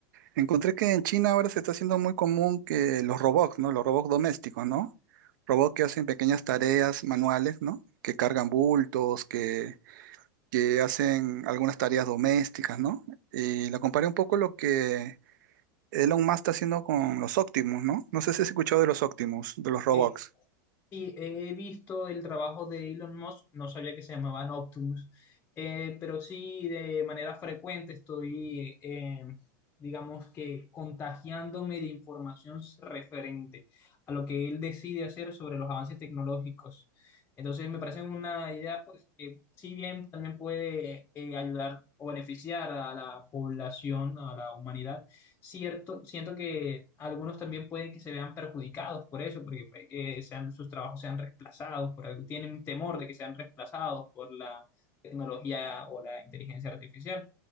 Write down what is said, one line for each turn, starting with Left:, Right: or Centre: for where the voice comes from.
Right: encontré que en China ahora se está haciendo muy común que los robots, ¿no? Los robots domésticos, ¿no? Robots que hacen pequeñas tareas manuales, ¿no? Que cargan bultos, que, que hacen algunas tareas domésticas, ¿no? Y la comparé un poco lo que Elon Musk está haciendo con los Optimus, ¿no? No sé si has escuchado de los Optimus, de los robots.
Left: Eh, Sí, he visto el trabajo de Elon Musk, no sabía que se llamaban Optimus, eh, pero sí de manera frecuente estoy, eh, digamos que contagiándome de información referente a lo que él decide hacer sobre los avances tecnológicos. Entonces me parece una idea pues, que si bien también puede eh, ayudar o beneficiar a la población, a la humanidad, cierto, siento que algunos también pueden que se vean perjudicados por eso, porque puede que sean, sus trabajos sean reemplazados, por algo, tienen temor de que sean reemplazados por la tecnología o la inteligencia artificial.